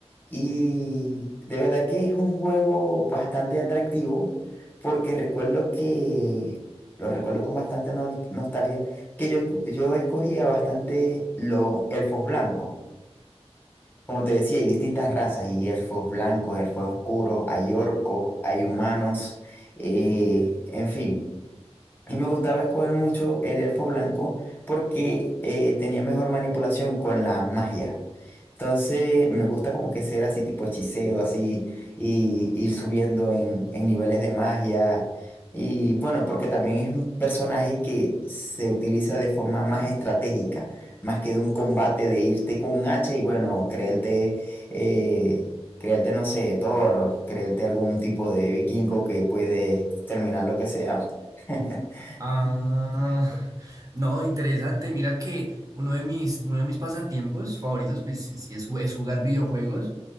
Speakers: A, on the left; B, on the right.
A: Y de verdad que es un juego bastante atractivo porque recuerdo que, lo recuerdo con bastante nol- nostalgia, que yo, escu- yo escogía bastante los elfos blancos. Como te decía, hay distintas razas, hay elfos blancos, elfos oscuros, hay orcos, hay humanos, eh, en fin. Y me gustaba escoger mucho el elfo blanco porque eh, tenía mejor manipulación con la magia. Entonces me gusta como que ser así tipo hechicero, así, y ir subiendo en, en niveles de magia. Y bueno, porque también es un personaje que se utiliza de forma más estratégica, más que de un combate de irte con un hacha y bueno, creerte, eh, creerte, no sé, Thor, o creerte algún tipo de vikingo que puede terminar lo que sea. <laughs>
B: Ah,
A: Sí,
B: <laughs> no, interesante. Mira que uno de mis, uno de mis pasatiempos favoritos, pues sí es, ju- es jugar videojuegos.